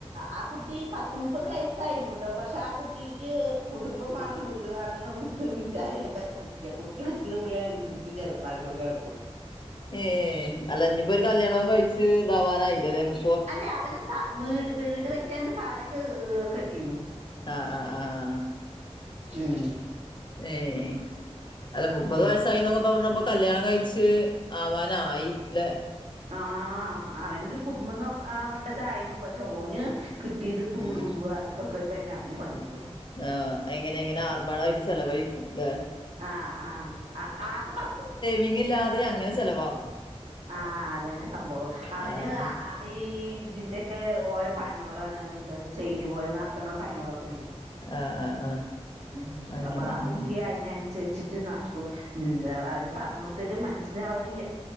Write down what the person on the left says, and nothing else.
ഏഹ് അല്ല ഞ്ഞിപ്പോ ഒരു കല്യാണൊക്കെ കഴിച്ചച്ച് ഇതാവാനായില്ലല്ലേ മു
ആഹ് ആഹ് ആഹ്
ഏഹ് അല്ല മുപ്പത്
വയസായിന്നൊക്കെ പറഞ്ഞപ്പൊ കല്യാണം കഴിച്ച് ആവാനായി അല്ലെ
ഉം
ആഹ് എങ്ങനെ എങ്ങനെ ആർബാടായിട്ട് ചെലവഴിക്കും ല്ലെ
വിങ്ങില്ലാതെ അങ്ങനെ ചെലവാക്കും
ആഹ്
ആഹ് ആഹ് ആഹ്
അങ്ങനെ
ഉം